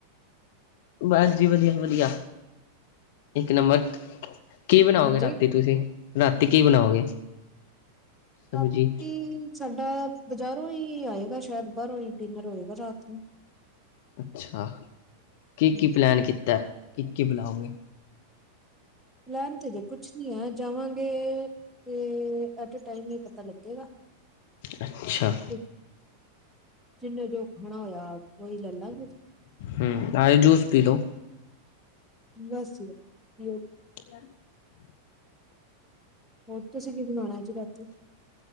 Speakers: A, on the left (about 50°); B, in the centre.
A: ਬਸ ਜੀ ਵਧੀਆ- ਵਧੀਆ ਇੱਕ ਨੰਬਰ। ਕੀ ਬਣਾਓਗੇ
B: ਹਾਂਜੀ
A: ਰਾਤੀ ਤੁਸੀਂ, ਰਾਤੀ ਕੀ ਬਣਾਓਗੇ? ਸਬਜ਼ੀ
B: ਰਾਤੀ। ਸਾਡਾ ਬਜ਼ਾਰੋਂ ਹੀ ਆਏਗਾ ਸ਼ਾਇਦ ਬਾਹਰੋਂ ਹੀ ਡਿਨਰ ਹੋਏਗਾ ਰਾਤ ਨੂੰ।
A: ਅੱਛਾ ਕੀ-
B: ਹਾਂਜੀ
A: ਕੀ ਪਲੈਨ ਕੀਤਾ ਕੀ- ਕੀ ਬੁਲਾਓਗੇ।
B: ਪਲੈਣ ਤੇ ਹਜੇ ਕੁਛ ਨੀ ਹੈ ਜਾਵਾਂਗੇ, ਤੇ ਐਟੇ ਟਾਈਮ ਇ ਪਤਾ ਲੱਗੇਗਾ।
A: ਅੱਛਾ।
B: ਕੀ ਜਿੰਨੇ ਜੋ ਖਣਾ ਹੋਇਆ। ਉਹੀ ਲੈ ਲਾਂਗੇ
A: ਹੁੰ ਆਏ ਜੂਸ ਪੀ ਦੋ।
B: ਬਸ ਜੀ ਬ ਪੀਓ ਜੀ।
A: <unintelligible>
B: ਹੋਰ ਤੁਸੀਂ ਕੀ ਬਣਾਉਣਾ ਅਜ ਰਾਤੀ?